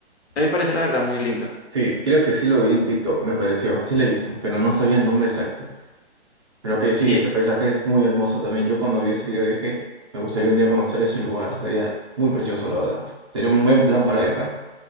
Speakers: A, on the left; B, on the right.
A: mí me parece la verdad muy lindo.
B: Sí, creo que sí lo vi en TikTok, me pareció. Sí lo he visto, pero no sabía el nombre exacto. Pero que sí,
A: Sí,
B: ese paisaje es muy hermoso también. Yo cuando vi ese video dije, me gustaría un día conocer ese lugar. Sería muy precioso, la verdad. Sería un buen plan para viajar.